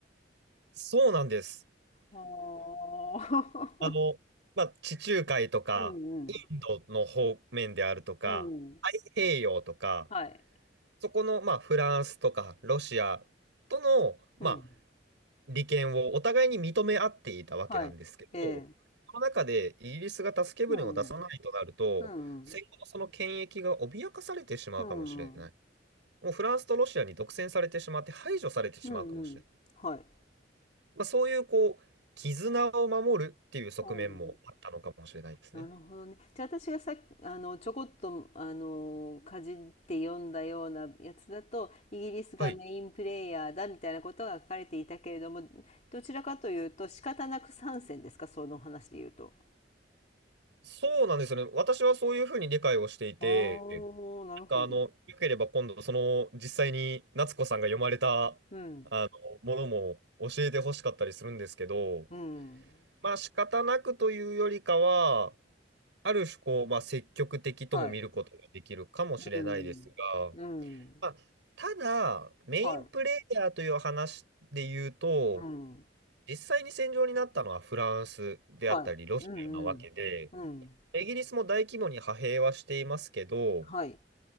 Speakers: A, on the right (about 80°); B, on the left (about 40°).
A: そうなんです。
B: はあ。
A: あの、まあ、地中海とか
B: <laughs> うんうん。
A: インドの方面であるとか、
B: うん。
A: 太平洋とか、
B: はい。
A: そこの、まあ、フランスとかロシアとの、まあ、
B: うん。
A: 利権をお互いに認め合っていたわけなんですけど、
B: はい。ええ。
A: その中でイギリスが助け舟を出さないとなると、
B: うんうん。うんうん。
A: 戦後のその権益が脅かされてしまうかもしれない。
B: うんうん。
A: もうフランスとロシアに独占されてしまって排除されてしまうかもしれない。
B: うんうん。はい。
A: まあ、そういうこう、絆を守るっていう側面もあったのかもしれないですね。
B: うんなるほどね。じゃあ私がさあのちょこっとあのかじって読んだようなやつだとイギリスがメインプレイヤーだみたいなことが書かれていたけれどもどちらかというと仕方なく参戦ですかその話で言うと。
A: はい。そうなんですよね。私はそういうふうに理解をしていて、
B: ああなるほど。
A: あの、よければ今度、その、実際に夏子さんが読まれた
B: うん
A: ものも教えてほしかったりするんですけど、
B: うん
A: まあ仕方なくというよりかは、ある種こう、まあ積極的とも見ることができるかもしれないですが、
B: はいうんうん
A: まあ、ただ、メインプレイヤーという話で言うと、
B: はいうん
A: 実際に戦場になったのはフランスであったり、
B: はいうんうんうん
A: ロシアなわけで、イギリスも大規模に派兵はしていますけど、
B: はい